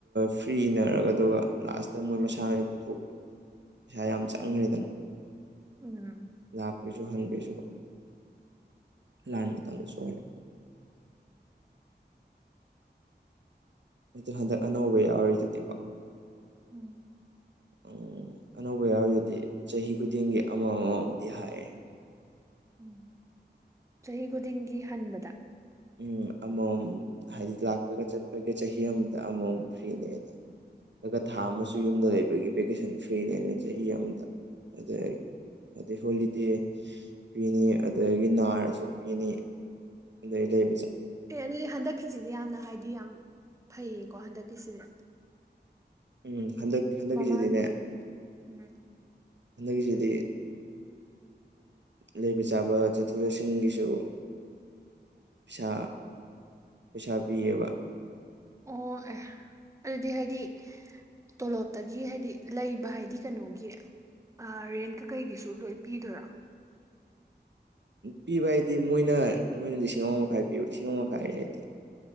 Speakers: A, on the right; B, on the right.
A: ꯐ꯭ꯔꯤ ꯏꯅꯔꯒ ꯑꯗꯨꯒ ꯂꯥꯁꯇ ꯃꯣꯏ ꯃꯁꯥꯟꯅꯗꯤ ꯄꯨꯊꯣꯛꯄ ꯄꯩꯁꯥ ꯌꯥꯝ ꯆꯪꯈ꯭ꯔꯦꯗꯅ
B: ꯎꯝ
A: ꯂꯥꯛꯄꯤ꯭ꯁꯨ ꯍꯟꯕꯤꯁꯨ ꯂꯥꯟꯕꯨ ꯇꯥꯡꯁꯨ ꯑꯣꯏꯔꯦ ꯑꯗꯨ ꯍꯟꯗꯛ ꯑꯅꯧꯕ ꯌꯥꯎꯔꯤꯗꯨꯗꯤꯀꯣ
B: ꯎꯝ
A: ꯎꯝ ꯑꯅꯧꯕ ꯌꯥꯎꯔꯤꯗꯨꯗꯤ ꯆꯍꯤ ꯈꯨꯗꯤꯡꯒꯤ ꯑꯃ ꯑꯃ ꯑꯝꯗꯤ ꯍꯥꯏꯌꯦ
B: ꯎꯝ ꯆꯍꯤ ꯈꯨꯗꯤꯡꯒꯤ ꯍꯟꯕꯗ
A: ꯎꯝ ꯑꯃꯃꯝ ꯍꯥꯏꯗꯤ ꯂꯥꯛꯄꯒ ꯆꯠꯄꯒ ꯆꯍꯤ ꯑꯃꯗ ꯑꯃꯃꯝ ꯐ꯭ꯔꯤꯅꯦꯅ ꯑꯗꯨꯒ ꯊꯥ
B: ꯎꯝ
A: ꯑꯃꯁꯨ ꯌꯨꯝꯗ ꯂꯩꯕꯒꯤ ꯚꯦꯀꯦꯁꯟ ꯐ꯭ꯔꯤꯅꯦ ꯑꯅ ꯆꯍꯤ ꯑꯃꯗ ꯑꯗꯨꯗꯒꯤ ꯑꯗꯩ ꯍꯣꯂꯤꯗꯦ ꯄꯤꯅꯤ ꯑꯗꯒꯤ ꯅꯥꯔꯁꯨ ꯄꯤꯅꯤ ꯂꯩ ꯂꯩ
B: ꯑꯦ ꯑꯗꯨꯗꯤ ꯍꯟꯗꯛꯀꯤꯁꯤꯗꯤ ꯌꯥꯝꯅ ꯍꯥꯏꯗꯤ ꯌꯥꯝ ꯐꯩꯌꯦꯀꯣ ꯍꯟꯗꯛꯀꯤꯁꯤꯗꯤ
A: ꯎꯝ ꯍꯟꯗꯛ ꯍꯟꯗꯛꯀꯤꯁꯤꯗꯤꯅꯦ
B: ꯃꯃꯥꯡꯒꯤꯗꯨꯗꯤ ꯎꯝ
A: ꯍꯟꯗꯛꯀꯤꯁꯤꯗꯤ ꯂꯩꯕ ꯆꯥꯕ ꯆꯠꯊꯣꯛ ꯆꯠꯁꯤꯟꯒꯤꯁꯨ ꯄꯩꯁꯥ ꯄꯩꯁꯥ ꯄꯤꯌꯦꯕ
B: ꯑꯣ ꯑꯦ ꯑꯗꯨꯗꯤ ꯍꯥꯏꯗꯤ ꯇꯣꯂꯣꯞꯇꯒꯤ ꯍꯥꯏꯗꯤ ꯂꯩꯕ ꯍꯥꯏꯗꯤ ꯀꯩꯅꯣꯒꯤ ꯔꯦꯟꯠꯀ ꯀꯩꯒꯤꯁꯨ ꯂꯣꯏ ꯄꯤꯗꯣꯏꯔꯥ
A: ꯄꯤꯕ ꯍꯥꯏꯗꯤ ꯃꯣꯏꯅ ꯃꯣꯏꯅ ꯂꯤꯁꯤꯡ ꯑꯃ ꯃꯈꯥꯏ ꯄꯤꯕ ꯂꯤꯁꯤꯡ ꯑꯃ ꯃꯈꯥꯏ ꯍꯥꯏꯗꯤ